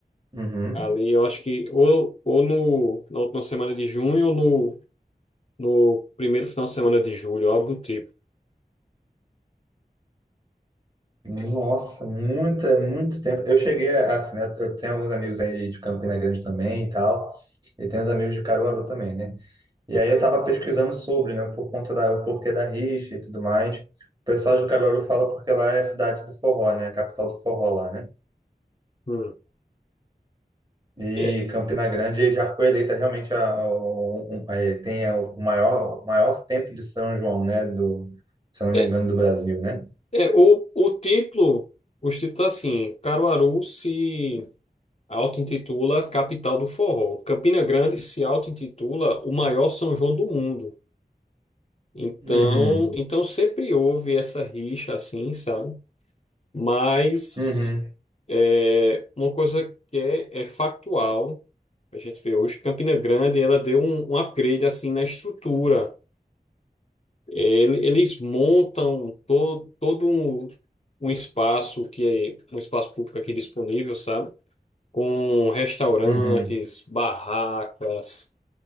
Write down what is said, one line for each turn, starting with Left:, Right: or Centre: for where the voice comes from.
Right: Uhum.
Left: ali, eu acho que ou, ou no, na última semana de junho ou no, no primeiro final de semana de julho, algo do tipo.
Right: Nossa, muito, é muito tempo. Eu cheguei a- assim, né? Eu tenho alguns amigos aí de Campina Grande também e tal, e tenho uns amigos de Caruaru também, né? E aí eu tava pesquisando sobre, né, por conta da, o porquê da rixa e tudo mais. O pessoal de Caruaru fala porque lá é a cidade do forró, né? A capital do forró lá, né?
Left: Hum.
Right: E
Left: É,
Right: Campina Grande já foi eleita realmente a, a- um- é, tem o maior, o maior tempo de São João, né? Do, se eu não
Left: é,
Right: me engano, do Brasil, né?
Left: é, o, o título, os títulos assim, Caruaru se Auto-intitula Capital do Forró. Campina Grande se auto-intitula o maior São João do mundo. Então,
Right: Uhum,
Left: então sempre houve essa rixa assim, sabe? Mas
Right: uhum,
Left: é, uma coisa que é, é factual, a gente vê hoje, Campina Grande, ela deu um, um upgrade assim na estrutura. Ele- Eles montam todo, todo um, um espaço que é um espaço público aqui disponível, sabe? com restaurantes,
Right: uhum.
Left: barracas.